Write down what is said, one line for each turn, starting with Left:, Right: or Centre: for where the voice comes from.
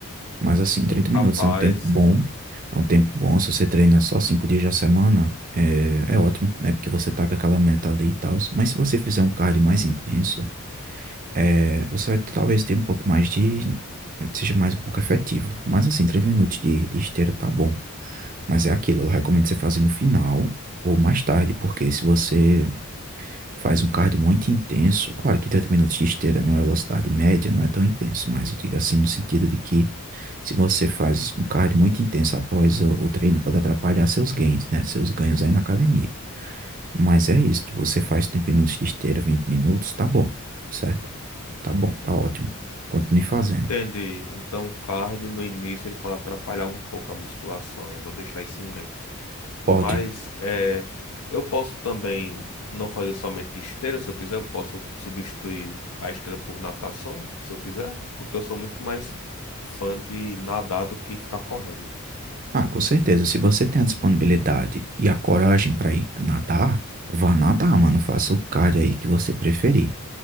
Right: Mas assim, trinta
Left: Rapaz.
Right: minutos é um tempo bom.
Left: <laughs>
Right: É um tempo bom. Se você treina só cinco dias da semana, é, é ótimo, né? Porque você tá com aquela meta ali e tal. Mas se você fizer um cardio mais intenso, é, você vai talvez ter um pouco mais de. Seja mais um pouco efetivo. Mas assim, 30 minutos de, de esteira tá bom. Mas é aquilo, eu recomendo você fazer no final ou mais tarde, porque se você faz um cardio muito intenso. Claro que 30 minutos de esteira não é velocidade média, não é tão intenso, mas eu digo assim no sentido de que se você faz um cardio muito intenso após o, o treino, pode atrapalhar seus gains, né? Seus ganhos aí na academia. Mas é isso, tipo, você faz 30 minutos de esteira, 20 minutos, tá bom, certo? Tá bom, tá ótimo. Continue fazendo.
Left: Entendi. Então, o cardio no início ele pode atrapalhar um pouco a musculação. Eu vou deixar isso em mente.
Right: Pode.
Left: Mas é, eu posso também não fazer somente esteira, se eu quiser, eu posso substituir a esteira por natação, se eu quiser, porque eu sou muito mais fã de nadar do que ficar correndo.
Right: Ah, com certeza, se você tem a disponibilidade e a coragem para ir nadar, vá nadar, mano. Faça o cardio aí que você preferir.